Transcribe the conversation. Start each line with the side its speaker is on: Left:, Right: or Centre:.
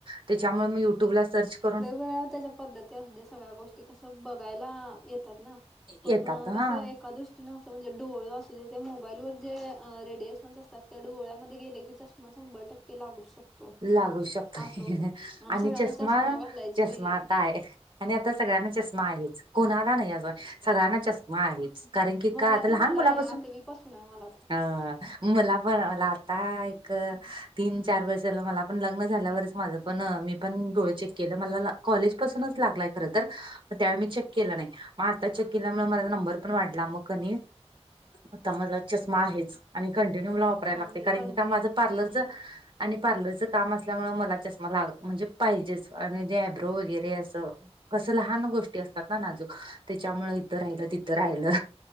Right: त्याच्यामुळे मी युट्यूबला सर्च करून.
Centre: वेळ त्याज्या पद्धती असु दे सगळ्या गोष्टी कस बघायला येतात ना, पण
Right: येतात
Centre: कस
Right: हा
Centre: एका दु टिन अस म्हणजे डोळ असू दे ते मोबाईल वर जे रेडिएशन असतात. त्या डोळ्यामध्ये गेले की चष्मा शंभर टक्के लागू शकतो.
Right: लागू शकतो,
Centre: असं होते
Right: आणि
Centre: सगळ्यांना
Right: चष्मा,
Centre: घालायच
Right: चष्मा
Centre: बी
Right: ता हाय, आणि आता सगळ्यांना चष्मा आहेच कोणाला नाही असं सगळ्यांना चष्मा आहे. कारण की
Centre: मला
Right: का आता
Centre: ते
Right: लहान
Centre: मला
Right: मुलापासून,
Centre: आहे आठवी पासून आहे मला तर
Right: आ मला पण मला आता एक तीन चार वर्ष मला पण लग्न झाल्यावरच माझ पण मी पण डोळे चेक केलं मला कॉलेज पासूनच लागलाय खर तर मग त्यावेळी मी चेक केला नाही मग आता चेक केल्यामुळे माझा नंबर पण वाढला मग कनी आता माझा चष्मा आहेच आणि कंटिन्यू मला वापरायला
Centre: आणि
Right: लागते. कारण
Centre: कंटिन्यू
Right: की का माझं
Centre: वापर
Right: पार्लरच
Centre: नाही
Right: आणि पार्लरचं काम असल्यामुळे मला चष्मा लाग म्हणजे. पाहिजेच, आणि ब्रो वगैरे असं कसं लहान गोष्टी असतात. ना नाजूक त्याच्यामूळ इथं राहिलं. तिथं राहिलं.